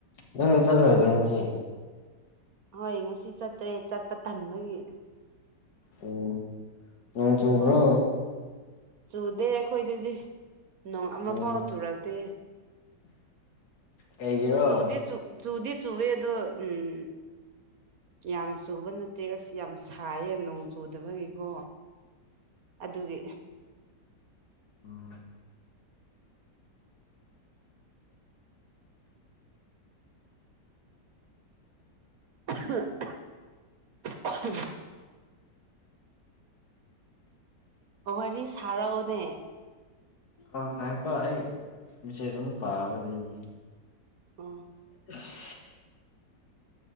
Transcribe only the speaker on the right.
ꯍꯣꯏ ꯉꯁꯤ ꯆꯠꯇ꯭ꯔꯦ ꯆꯠꯄ ꯇꯟꯕꯒꯤ
ꯁ꯭ꯀꯨꯜ ꯆꯨꯗꯦ ꯑꯈꯣꯏ ꯗꯗꯤ ꯅꯣꯡ ꯑꯃ
ꯐꯥꯎ ꯆꯨꯔꯛꯇꯦ
ꯆꯨꯗꯤ ꯆꯨ ꯆꯨꯗꯤ ꯆꯨꯋꯦꯗꯣ ꯎꯝ ꯌꯥꯝ ꯆꯨꯕ ꯅꯠꯇꯦ ꯑꯁ ꯌꯥꯝ ꯁꯥꯏꯌꯦ ꯅꯣꯡ ꯆꯨꯗꯕꯒꯤꯀꯣ ꯑꯗꯨꯒꯤ
<inaudible> ꯋꯥꯔꯤ ꯁꯥꯔꯛꯑꯣꯅꯦ
ꯑꯣ